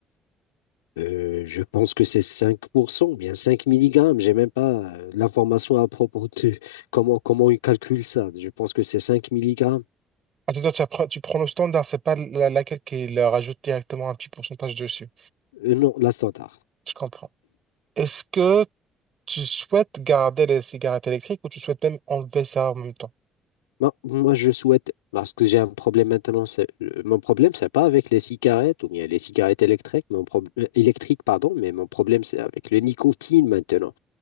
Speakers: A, on the left; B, on the right.
A: Euh, je pense que c'est 5% ou bien 5 milligrammes J'ai même pas euh, l'information à propos de comment, comment ils calculent ça. Je pense que c'est 5 milligrammes
B: Ah, tu, dois- tu appre- tu prends le standard, c'est pas la- laquelle qui leur rajoute directement un petit pourcentage dessus.
A: Euh, non, la standard.
B: Je comprends. Est-ce que Tu souhaites garder les cigarettes électriques ou tu souhaites même enlever ça en même temps?
A: Moi, moi, je souhaite, parce que j'ai un problème maintenant, c'est, euh, mon problème, c'est pas avec les cigarettes ou bien les cigarettes électriques, mon prob- euh, électriques, pardon, mais mon problème, c'est avec le nicotine maintenant.